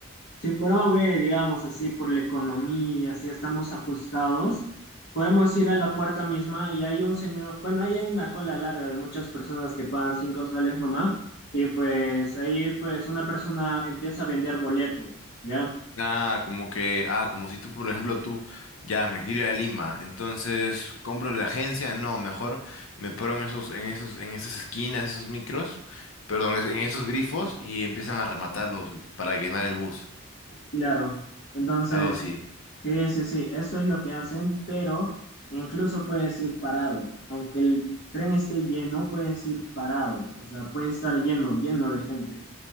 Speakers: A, on the left; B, on the left.
A: si prove, digamos así, por la economía, si estamos ajustados, podemos ir a la puerta misma y hay un señor, bueno, ahí hay una cola larga de muchas personas que pagan cinco soles nomás y pues ahí pues una persona empieza a vender boletos, ¿ya?
B: Ah, como que, ah, como si tú, por ejemplo, tú, ya, me quiero ir a Lima, entonces compro en la agencia, no, mejor me paro en esos, en esos, en esas esquinas, esos micros, perdón, es- en esos grifos y empiezan a rematarlos para llenar el bus,
A: Claro. Entonces,
B: algo así,
A: sí, sí, sí, eso es lo que hacen, pero incluso puedes ir parado, aunque el tren esté lleno, puedes ir parado, o sea, puede estar lleno, lleno de gente.